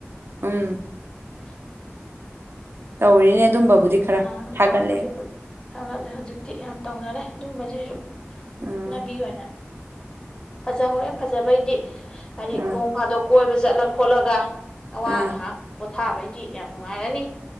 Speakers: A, on the right (about 60°); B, on the left (about 20°).
A: ꯎꯝ
B: <inaudible>
A: ꯇꯧꯔꯤꯅꯦ ꯑꯗꯨꯝꯕꯕꯨꯗꯤ ꯈꯔ
B: ꯀꯥꯅꯅ
A: ꯊꯥꯒꯠꯂꯛꯑꯦ
B: ꯍꯧꯖꯤꯛꯄꯨ ꯊꯒꯠꯂꯦ ꯍꯧꯖꯤꯛꯇꯤ ꯌꯥꯝ ꯇꯧꯅꯔꯦ ꯑꯗꯨꯨꯝꯕꯁꯤꯁꯨ ꯆꯠꯅꯕꯤ
A: ꯎꯝ
B: ꯑꯣꯏꯅ ꯐꯖꯍꯧꯔꯦ ꯐꯖꯕꯩꯗꯤ ꯍꯥꯏꯗꯤ
A: ꯎꯝ
B: ꯅꯣꯡ ꯐꯥꯗꯣꯛ ꯀꯣꯏꯕ ꯆꯠꯂ ꯈꯣꯠꯂꯒ ꯑꯋꯥ
A: ꯑꯥ
B: ꯉꯥꯏꯍꯥꯛ ꯄꯣꯊꯥꯕꯩꯗꯤ ꯌꯥꯝ ꯅꯨꯡꯉꯥꯏꯔꯅꯤ